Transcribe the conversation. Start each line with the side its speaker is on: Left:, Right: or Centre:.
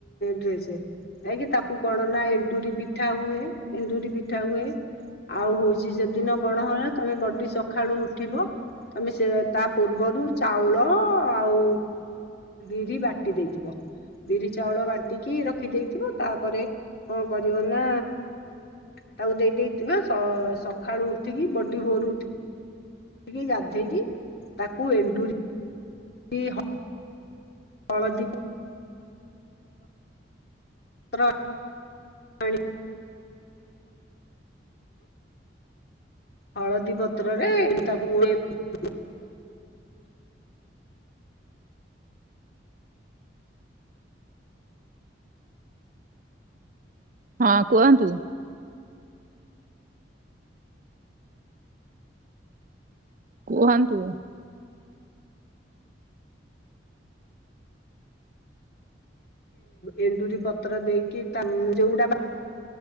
Left: ଡ୍ରେସ। ଆ କି ତାକୁ କଣ ନା ଏଣ୍ଡୁରି ପିଠା ହୁଏ ଏଣ୍ଡୁରି ପିଠା ହୁଏ। ଆଉ ହଉଛି ସେଦିନ କଣ ହଏ ତମେ ବଡି ସକାଳୁ ଉଠିବ। ତମେ ସେ ତା ପୂର୍ବରୁ ଚାଉଳ ଆଉ ବିରି ବାଟି ଦେଇଥିବ। ବିରି ଚାଉଳ ବାଟିକି ରଖିଦେଇଥିବ ତାପରେ କଣ କରିବ ନା ତାକୁ ଦେଇ ଦେଇଥିବା ସ ସ ସଖାଳୁ ଉଠିକି ବଡି ଭୋରୁ ଉଠିକିିକି <inaudible> ଗାଧେଇକି ତାକୁ ଏଣ୍ଡୁରି <unintelligible> ହଳଦୀପ ର ପାଣି ହଳଦୀ ପତ୍ରରେ ତାକୁ ଏ
Right: ହଁ କୁହନ୍ତୁ। କୁହନ୍ତୁ।
Left: ଏଣ୍ଡୁରି ପତ୍ର ଦେଇକି ତା ଯୋଉଟା